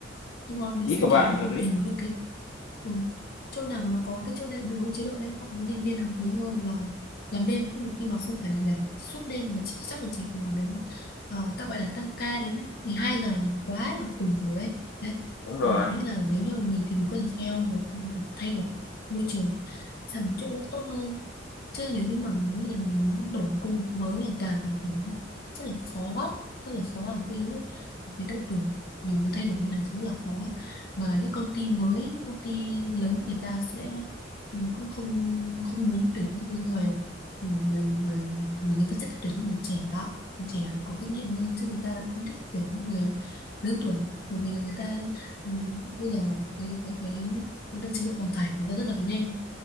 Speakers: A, on the left; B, on the left.
A: nhưng mà mình
B: Ý
A: sẽ
B: của bạn
A: kiểu là
B: hợp
A: mình
B: lý.
A: tìm những cái ừ, chỗ nào mà nó có cái chỗ đầy đủ chế độ đầy đủ nhân viên hợp lý hơn và làm đêm cũng được nhưng mà không phải là làm suốt đêm mà chỉ, chắc là chỉ làm đến ờ, ta gọi là tăng ca đến 12 giờ là quá là cùng rồi ấy đấy
B: Đúng rồi.
A: mình nghĩ là nếu như mình thì mình có thể theo được mình có thể thay đổi môi trường sang một chỗ tốt hơn chứ nếu như mà mình nghĩ là mình muốn đổi một công việc mới là càng thì nó rất là khó rất là khó ở khi cái độ tuổi mình động đường nhiều người thay đổi như này chứ là khó mà những công ty mới công ty lớn người ta sẽ ừ, cũng không không muốn tuyển những cái người người người người, người, người ta sẽ thích tuyển những người trẻ đó người trẻ có kinh nghiệm hơn chứ người ta cũng thích tuyển những người lớn tuổi bởi vì là người ta ừ, bây giờ cái cái cái cái đôi chế độ đào thải người ta rất là nhanh